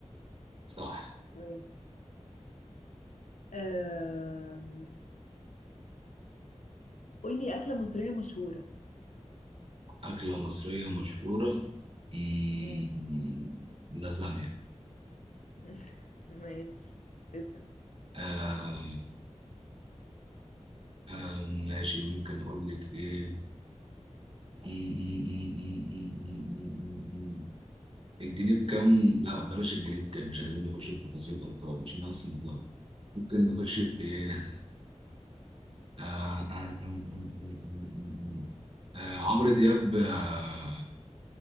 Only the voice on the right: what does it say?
صح
أكلة مصرية مشهورة مم،
لازانيا
آه آه ماشي ممكن اقول لك ايه م- م- م- م- م- م- م- م- م. الجنيه بكام لا بلاش الجنيه بكام مش عايزين نخش في تفاصيل ارقام عشان أنا اصلا متلخبط ممكن نخش في ايه <laughs> آه آه آه آه آه آه آه. آه، عمرو دياب آه